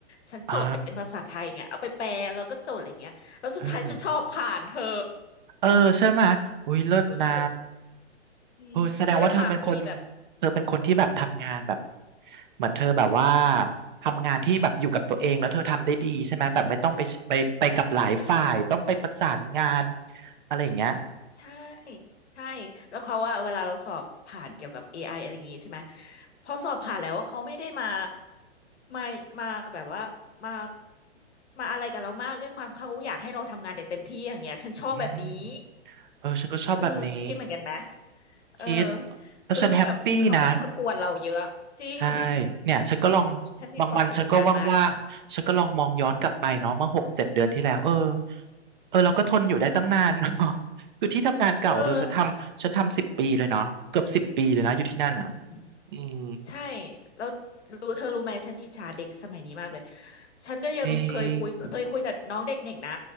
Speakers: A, on the left (about 70°); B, on the right (about 45°).
A: ฉันโจทย์เป็นภาษาไทยเงี้ยเอาไปแปลแล้วก็โจทย์อะไรเงี้ยแล้วสุดท้ายฉันชอบผ่านเธอ
B: อ่าเออ เออใช่ไหมยอุ้ยเลิศนะ
A: เอออืมแล้วด้วยความที่แบบ
B: โอ้แสดงว่าเธอเป็นคนเธอเป็นคนที่แบบทำงานแบบเหมือนเธอแบบว่าทำงานที่แบบอยู่กับตัวเองแล้วเธอทำได้ดีใช่ไหมยแบบไม่ต้องไปไปไปกับหลายฝ่ายต้องไปประสานงานอะไรอย่างเงี้ย
A: ใช่ใช่แล้วเขาว่าเวลาเราสอบผ่านเกี่ยวกับ AI อไออะไรอย่างงี้ใช่ไหมพอสอบผ่านแล้วว่าเขาไม่ได้มามามาแบบว่ามามาอะไรกับเรามากด้วยความเขาอยากให้เราทำงานเด็ดเต็มที่อย่างเงี้ยฉันชอบแบบนี้
B: อืมเออฉันก็ชอบแบบนี้
A: เออคิดเหมือนกันไหมเออ
B: คิดแล้วฉันแฮปปี้นะ
A: คือแบบเขาไม่มากวนเราเยอะจริง
B: ใช่เนี่ยฉันก็ลอง
A: ฉันมีความสุขกับงานมาก
B: บางวันฉันก็ว่างๆฉันก็ลองมองย้อนกลับไปเนาะเมื่อหกเจ็ดเดือนที่แล้วเออ
A: อืม
B: เออเราก็ทนอยู่ได้ตั้งนาน <laughs> เนาะ <laughs> คือที่ทำงานเก่าเธอฉันทำฉันทำสิบปีเลยเนาะเกือบสิบปีเลยนะอยู่ที่นั่นอ่ะ
A: เอออืม
B: อืม
A: ใช่แล้วรู้เธอรู้ไหมฉันอิจฉาเด็กสมัยนี้มากเลยฉันก็ยังเคยคุยเคยคุยกับน้องเด็กๆนะ
B: จริง